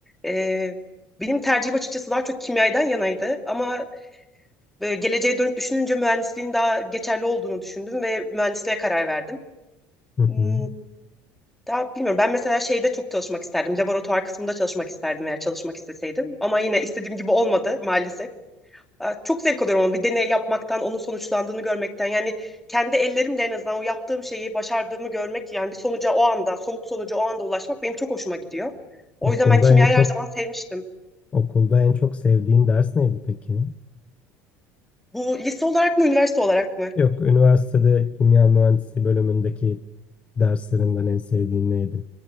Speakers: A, in the centre; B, on the left (about 20°).
A: E, benim tercihim açıkçası daha çok kimyadan yanaydı ama e, geleceğe dönüp düşününce mühendisliğin daha geçerli olduğunu düşündüm ve mühendisliğe karar verdim.
B: Hı hı.
A: Hmm, Daha bilmiyorum. Ben mesela şeyde çok çalışmak isterdim. Laboratuvar kısmında çalışmak isterdim eğer çalışmak isteseydim. Ama yine istediğim gibi olmadı maalesef. Aa, Çok zevk alıyorum ama bir deney yapmaktan, onun sonuçlandığını görmekten. Yani kendi ellerimle en azından o yaptığım şeyi başardığımı görmek, yani bir sonuca o anda, somut sonuca o anda ulaşmak benim çok hoşuma gidiyor. O
B: Okulda
A: yüzden ben kimyayı
B: en çok
A: her zaman sevmiştim.
B: okulda en çok sevdiğin ders neydi peki?
A: Bu lise olarak mı, üniversite olarak mı?
B: Yok, üniversitede kimya mühendisliği bölümündeki derslerinden en sevdiğin neydi?